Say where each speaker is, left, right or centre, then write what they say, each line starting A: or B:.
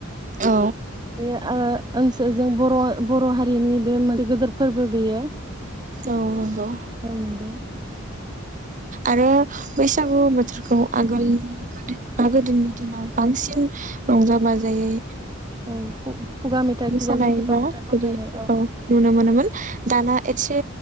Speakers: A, on the right; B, on the right.
A: औ
B: बे ओ ओनसोल जों बर' बर' हारिनि बे मोनसे गोदोर फोरबो बेयो
A: औ नंगौ
B: औ नंगौ
A: आरो बैसागु बोथोरखौ आगोलनि गोदो बा गोदोनि दिनाव बांसिन रंजा बाजायै
B: औ खुगा मेथाइ
A: मोसानाय
B: खुगाजों खुगा
A: बा
B: मेथाइ खननानै
A: बिदि औ नुनो मोनोमोन दाना एसे